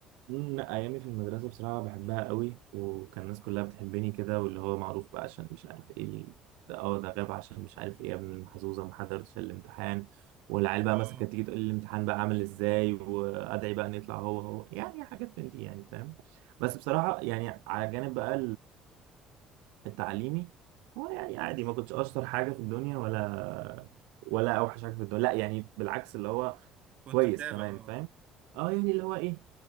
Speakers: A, on the right; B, on the right.
A: مم، لا ايامي في المدرسه بصراحه بحبها قوي وكان الناس كلها بتحبني كده واللي هو معروف بقى عشان مش عارف ايه ال- ده اه ده غاب عشان مش عارف ايه يا ابن المحظوظه ما حضرتش الامتحان والعيال
B: اه
A: بقى مثلا كانت تيجي تقول لي الامتحان بقى عامل ازاي وادعي بقى ان يطلع هو هو يعني حاجات من دي يعني فاهم بس بصراحه يعني على جانب بقى التعليمي هو يعني عادي ما كنتش اشطر حاجه في الدنيا ولا ولا اوحش حاجه في الدنيا لا يعني بالعكس اللي هو
B: كنت
A: كويس
B: متابع
A: كمان
B: اه
A: فاهم اه يعني اللي هو ايه